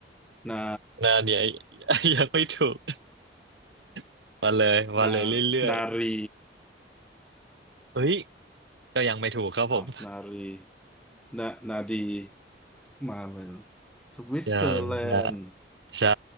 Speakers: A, in the centre; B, on the right (about 85°).
A: นา
B: นาเนี้ย <laughs> ยังไม่ถูก <laughs> มาเลยมาเลยเรื่อย
A: นานารี
B: ๆเฮ้ยก็ยังไม่ถูกครับผม
A: อ้าวนารีนานาดี มาเลยเนอะสวิตเซอร์แลนด์
B: <laughs> ยังนะใช่